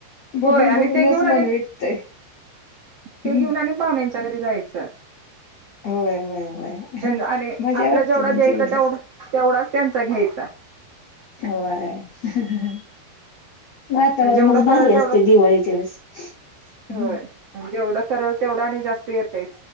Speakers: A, on the right; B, on the left.
A: होय
B: बघून
A: आणि
B: बघूनच
A: ते घेऊन आणि
B: मन विटतंय.
A: ते
B: हम्म.
A: घेऊन आणि पाहुण्यांच्या घरी जायचं.
B: होय होय होय
A: <inaudible> <inaudible> आणि
B: मजा
A: आपला
B: वाटते
A: जेवढा
B: पण
A: द्यायचा,
B: तेवढीच
A: तेवढा तेवढाच त्यांचा घ्यायचा.
B: होय. हं हं ह़ं वातावरणच
A: आणि जेवढं कराल
B: भारी
A: तेवढं
B: असते दिवाळीच्या वेळेस. <inaudible> हं
A: होय जेवढं करल तेवढं आणि जास्त येतेच.